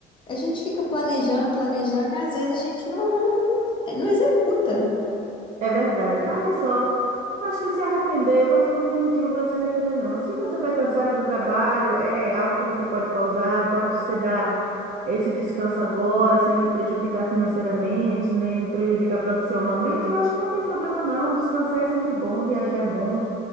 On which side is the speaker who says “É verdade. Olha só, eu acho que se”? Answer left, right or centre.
Right